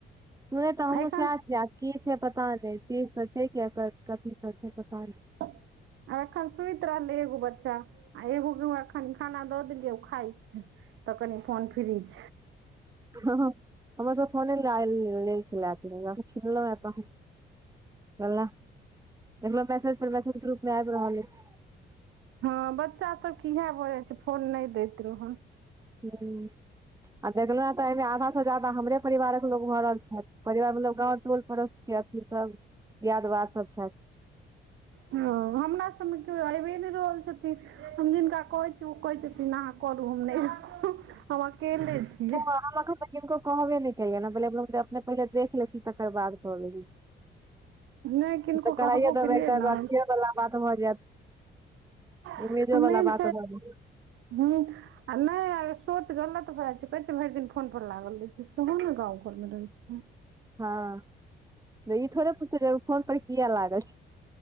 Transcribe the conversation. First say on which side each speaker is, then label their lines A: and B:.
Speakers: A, on the right; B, on the right.
A: सुयै तऽ हमहूँ
B: एखन
A: सैह छीयै आ की छै पता नय तीस स छै कि कथी स छै? पता नय।
B: <unintelligible> आ एखन सुइत रहलै एग्गो बच्चा आ एग्गो के एखन खाना दऽ देलियै ओ खाय छै। त कनी फोन फ्रीज।
A: हं-हं हमरास फोने लय आयल लै छलै छीनलहुँहें तहन वल्ला। देखलौं मैसेज पर मैसेज ग्रुप मे आइब रहल अइछ।
B: हँ बच्चा सबके यैह भऽ जाइ छै फोन नय दैत रहौ।
A: हूं। आ देखलोहें तऽ अयमे आधा से जादा हमरे परिवारक लोग भरल छैथ। परिवार मतलब गाँव, टोल- पड़ोस। के अथी सब। दीयादवाद सब छैथ।
B: हँ, हमरा सबमे केओ आबे नहि रहल छथिन। हम जिनका कहै छी, ओ कहै छथिन अहाँ करू हम नहि करब, हम अकेले छियै।
A: त हम कुबे <unintelligible> किनको कहबे नहि केलिएन, अपने पहिले देख लेै छी, तेकर बाद कहबे।
B: नहि किनको
A: तऽ कराइए
B: कहबो
A: देबै,
B: केलियै
A: तऽ
B: ने
A: अथिएवला बात भऽ जायत।
B: आ
A: उम्मीदें बला
B: मेन
A: बात भ जैत छै।
B: हूँ। आ नहि आ सोच गलत भए जाइ छै, कहै छै भरि दिन फोन पर लागल रहै छै, सेहो ने गाँव घरमे रहैत छै।
A: हँ, ई थोड़े पुछतय फोन पर किएक लागल छी।